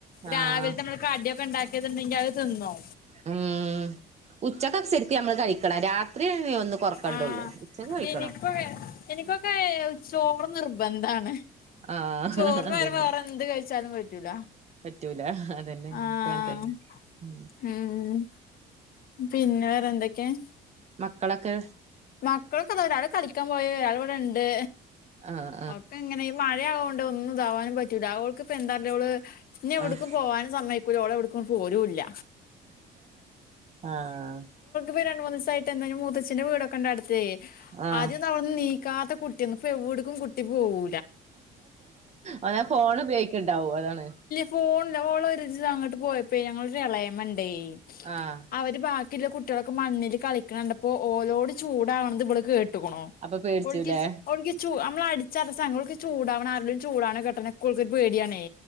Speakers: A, on the left (about 60°); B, on the right (about 40°).
A: രാവിലത്തെ
B: ആഹ്
A: നമ്മള് രാവിൽത്തെമ്മള്.. കടിയൊക്കെണ്ടാക്കിയത്ണ്ടെങ്കി അതു തിന്നോ..
B: ഉം ഉച്ചക്കശെരിക്ക നമ്മള് കഴിക്കണം. രാത്രി ഒന്ന് കൊറക്കണ്ടുള്ളൂ.
A: ആഹ്
B: ഉച്ചക്ക് കഴിക്കണം..
A: എനിക്കൊക്കെ എനിക്കൊക്കെ. ചോറ് നിർബന്ധാണ്..
B: ആഹ്
A: ചോർന് പരം.
B: അതന്നെ
A: വേറെ എന്ത് കഴിച്ചാലും പറ്റൂല..
B: പറ്റൂല അതന്നെ
A: ആഹ്
B: പോകാൻ കഴിഞ്ഞു ഉം
A: ഉം പിന്നെ വെറെ എന്തക്കെ -
B: മക്കളൊക്കെ..
A: മക്കളൊക്കേ ഒരാൾ കളിക്കാ പോയി ഒരാളെ ഇവിടെ ഉണ്ട്
B: ആഹ്
A: ഒക്കെ ഇങ്ങനെ ഈ മഴയാവൊണ്ട്. ഒന്നും ഇതാവാനും. പറ്റൂല. ഓൾക്ക്പെ ന്തല്ലോള്.. ഇന്നെവ്ട്ക്ക്.
B: ആഹ്
A: പോവാനും സമ്മയിക്കൂല. ഓളവെടെക്കും പോരുല്ല..
B: ആഹ്
A: പി രണ്ട് മൂന്നീസായിട്ട് എന്താ മൂത്തച്ഛന്റെ വീടൊക്കെണ്ട അടുത്തേയ്.
B: ആഹ് ആഹ്
A: ആദ്യോന്ന്അവൾ.. നീക്കാത്ത കുട്ടിയന്ന് ഇപ്പ എവിടെക്കും. കുട്ടി പോകൂ
B: ഓനാ ഫോൺ ഉപയോഗിക്ണ്ടാവു. അതാണ്..
A: ഫോൺല ഓളൊരിസം അങ്ങണ്ട് പോയപ്പേ. ഞങ്ങളൊരെളേമണ്ടേ.
B: ആഹ്
A: അവര് ബാക്കി.. ബാക്കിള്ളകുട്ടിളൊക്കെ മണ്ണിൽ. കളിക്കണണ്ടപ്പോ. ഓലോട് ചൂടാവണത്. ഇവള് കേ.. ട്ടുകുണോ.
B: അപ്പൊ പേടിച്ചുല്ലേ
A: ഓൾകിച്. ഓൾക്കിച്ചു. നമ്മ് ളാ അടി.. ചെലസ ഓൾക്ക് ചൂടാവണ. ആരെചു ടാവ്ണക്കെട്ടക്കെട്ടെനെ ഒക്കെ ഓൾക് പേടിയാണേ..